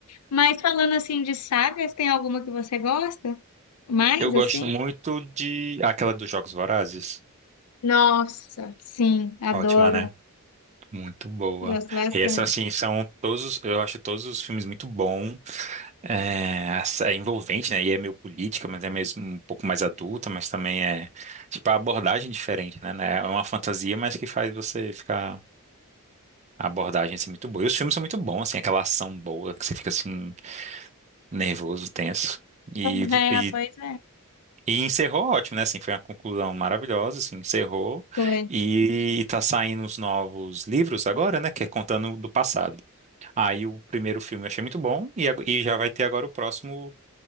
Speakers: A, on the left (about 80°); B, on the right (about 30°).
A: Mas falando assim de sagas, tem alguma que você gosta? Mais
B: Eu gosto
A: assim?
B: muito de. Aquela dos Jogos Vorazes.
A: Nossa, sim, adoro.
B: Ótima, né? Muito boa.
A: Gosto bastante.
B: E essa, assim, são todos, os- eu acho todos os filmes muito bom, é, ass- é envolvente, né? E é meio política, mas é mesmo um pouco mais adulta, mas também é, tipo, a abordagem diferente, né? né? É uma fantasia, mas que faz você ficar, a abordagem, assim, muito boa. E os filmes são muito bons, assim, aquela ação boa, que você fica, assim, nervoso, tenso. E,
A: <laughs> É,
B: e
A: pois é.
B: E encerrou ótimo, né? Assim, foi uma conclusão maravilhosa, assim, encerrou.
A: Foi.
B: E tá saindo os novos livros agora, né? Que é contando do passado. Aí o primeiro filme eu achei muito bom e, ag- e já vai ter agora o próximo.